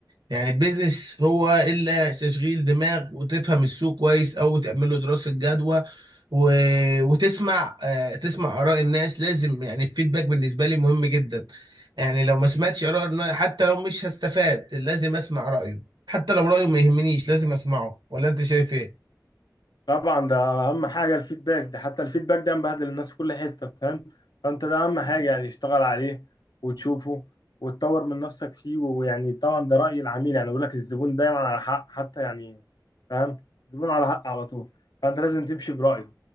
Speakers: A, on the right; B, on the left.
A: يعني البيزنس هو الا تشغيل دماغ وتفهم السوق كويس او تعمل له دراسه جدوى و... وتسمع آه تسمع اراء الناس لازم يعني الفيدباك بالنسبه لي مهم جدا يعني لو ما سمعتش اراء النا- حتى لو مش هستفاد لازم اسمع رايه حتى لو رايه ما يهمنيش لازم اسمعه ولا انت شايف ايه
B: طبعا ده اهم حاجه الفيدباك ده حتى الفيدباك ده مبهدل الناس في كل حته فاهم فانت ده اهم حاجه يعني اشتغل عليه وتشوفه وتطور من نفسك فيه ويعني طبعا ده راي العميل يعني بيقول لك الزبون دايما على حق حتى يعني فاهم الزبون على حق على طول فانت لازم تمشي برايه